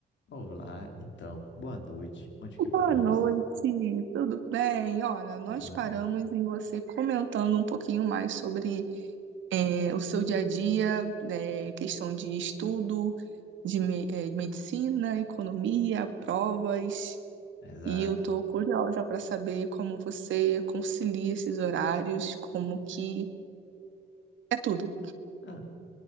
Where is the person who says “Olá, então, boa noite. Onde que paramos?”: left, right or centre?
Left